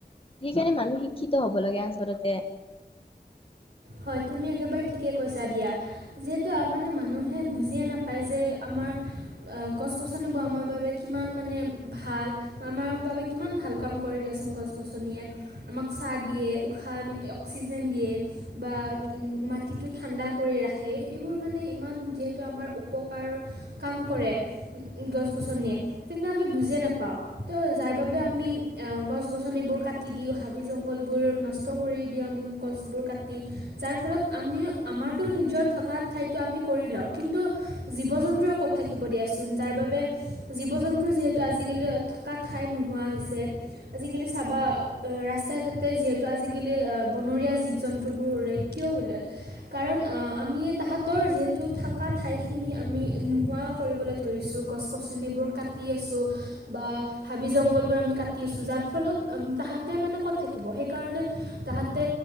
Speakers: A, on the left; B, on the right.
A: সেইকাৰণে মানুহ শিক্ষিত হব লাগে আচলতে।
B: হয়। তুমি একেবাৰে ঠিকে কৈছা দিয়া। যিহেতু আ মানে মানুহে বুজিয়ে নাপায় যে আমাৰ
A: <unintelligible>
B: গছ গছনিবোৰ আমাৰ বাবে কিমান মানে ভাল। আমাৰ বাবে কিমান ভাল কাম কৰে দিয়াচোন গছ গছনিয়ে। আমাক চাহ দিয়ে উশাহ নি অক্সিজেন দিয়ে বা মাটিটো ঠাণ্ডা কৰি ৰাখে। এইবোৰ মানে ইমান যিহেতু আমাৰ উপকাৰৰ কাম কৰে গছ গছনিয়ে, কিন্তু আমি বুজিয়ে নেপাওঁ। ত যাৰ বাবে আমি অ গছ গছনিবোৰ কাটি দিও। হাবি জংঘলবোৰ নষ্ট কৰি দিওঁ আমি গছবোৰ কা যাৰ ফলত আমি আমাৰতো নিজৰ থকা ঠাইতো আমি কৰি লওঁ, কিন্তু জীৱ জ জন্তুৱে কত থাকিব দিয়াচোন যাৰ বাবে জীৱ জন্তুৰ যিহেতু আজিকালি থকা ঠাই নুহো হোৱা হৈছে। আজিকালি চাবা ৰাস্তাই ঘাতে যিহেতু আজিকালি আ বনৰীয়া জীৱ জন্তু জন্তুবোৰ উলাই কিয় উলাই কাৰণ আ আমি তাহতৰ যিহেতু থকা ঠাই খিনি আমি নোহোৱা কৰিবলৈ ধৰিছো। গছ গছনিবোৰ কাটি আছো বা হাবি জংঘল ব আমি কাটি আছো যাৰ ফলত তাহাতে মানে ক'ত থাকিব? সেইকাৰণে তাহতে